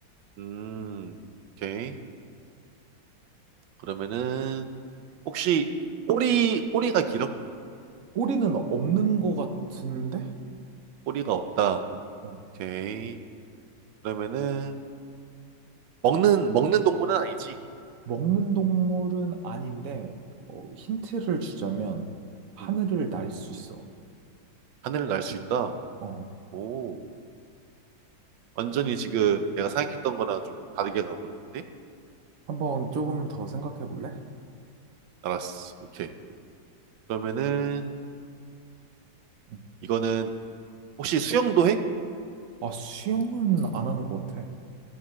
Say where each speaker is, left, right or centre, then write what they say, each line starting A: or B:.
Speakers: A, on the right; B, on the right.
A: 음. 오케이. 그러면은 혹시 꼬리 꼬리가 길어?
B: 꼬리는 없는 것 같은데?
A: 꼬리가 없다.
B: 어,
A: 오케이. 그러면은 먹는 먹는 동물은 아니지?
B: 먹는 동물은 아닌데, 어, 힌트를 주자면 하늘을
A: 음,
B: 날 수 있어.
A: 하늘을 날 수 있다.
B: 어,
A: 오, 완전히 지금 내가 생각했던 거랑 좀 다르게 가고 있는데?
B: 한번 조금 더 생각해 볼래?
A: 알았어. 오케이. 그러면은
B: 음.
A: 이거는 혹시 수영도 해?
B: 아, 수영은 안 하는 것 같아.